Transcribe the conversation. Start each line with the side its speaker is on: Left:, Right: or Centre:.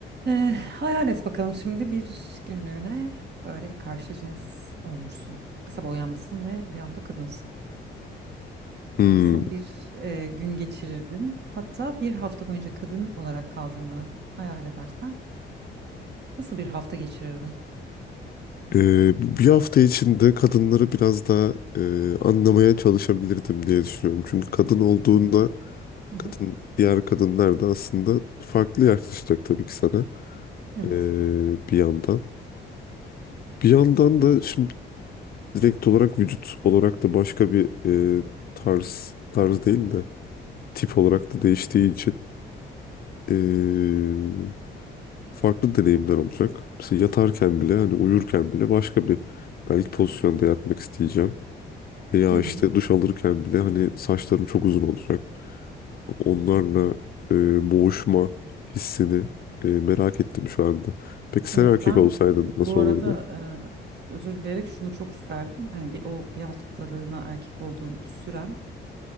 Right: Ee, hayal et bakalım şimdi bir günlüğüne böyle karşı cins olmuşsun. Bir sabah uyanmışsın ve bir anda kadınsın.
Left: Hmm.
Right: Nasıl bir e, gün geçirirdin? Hatta bir hafta boyunca kadın olarak kaldığını hayal edersen nasıl bir hafta geçirirdin?
Left: Ee, bir hafta içinde kadınları biraz daha e, anlamaya çalışabilirdim diye düşünüyorum. Çünkü kadın olduğunda
Right: Hı hı. hı
Left: kadın
Right: hı.
Left: diğer kadınlar da aslında farklı yaklaşacak tabii ki sana
Right: Evet.
Left: ee, bir yandan. Bir yandan da şimdi direkt olarak vücut olarak da başka bir e, tarz tarz değil de tip olarak da değiştiği için e, farklı deneyimler olacak. Mesela yatarken bile hani uyurken bile başka bir belki pozisyonda yatmak isteyeceğim. Ya
Right: hı hı.
Left: işte duş alırken bile hani saçlarım çok uzun olacak. Onlarla e, boğuşma hissini e, merak ettim şu anda. Peki sen
Right: Evet
Left: erkek
Right: ben
Left: olsaydın
Right: bu
Left: nasıl
Right: arada
Left: olurdu?
Right: e, özür dileyerek şunu çok isterdim. Hani bir o bir haftalığına erkek olduğun süren